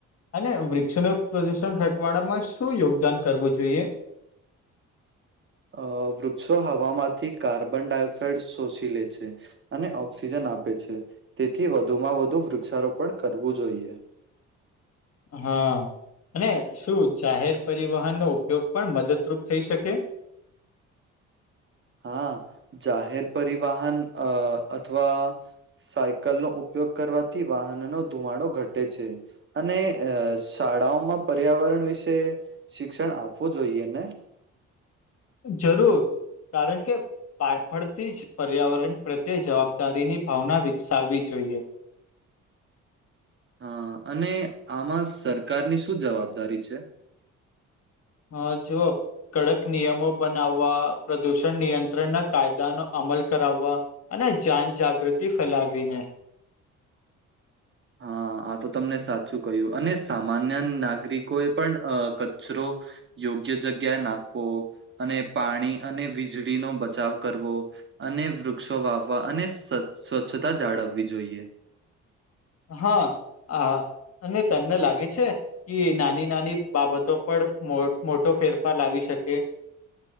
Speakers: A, on the left (about 55°); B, on the right (about 40°).
A: અને વૃક્ષનું પ્રદુષણ ઘટાડવાળામાં શું યોગદાન કરવું જોઈએ?
B: અ વૃક્ષો હવામાંથી કાર્બન ડાયોક્સાાઈડ શોષી લે છે. અને ઓક્સિજન આપે છે તેથી વધુમાં વધુ વૃક્ષારોપણ કરવું જોઈએ.
A: હા અને શું જાહેર પરિવહનનો ઉપયોગ પણ મદદરૂપ થઈ શકે?
B: હા જાહેર પરિવાહન અ અથવા સાયકલનો ઉપયોગ કરવાથી વાહનોનો ધુમાડો ઘટે છે. અને શાળાઓમાં પર્યાવરણ વિશે શિક્ષણ આપવું જોઈએ ને?
A: જરૂર કારણ કે બાળપણથી જ પર્યાવરણ પ્રત્યે જવાબદારીની ભાવના વિકસાવવી જોઈએ.
B: હા અને આમાં સરકારની શું જવાબદારી છે.?
A: હા જો કડક નિયમો બનાવવા પ્રદુષણ નિયંત્રણના કાયદાનો અમલ કરાવવા અને જન જાગૃતિ ફેલાવીને.
B: હા આ તો તમે સાચું કહ્યું અને સામાન્ય નાગરિકોએ પણ અ કચરો યોગ્ય જગ્યાએ નાખવો અને પાણી અને વીજળીનો બચાવ કરવો. અને વૃક્ષો વાવવા અને સ્વ સ્વચ્છતા જાળવવી જોઈએ.
A: હા આ અને તમને લાગે છે. કે નાની નાની બાબતો પણ મો મોટો ફેરફાર લાવી શકે.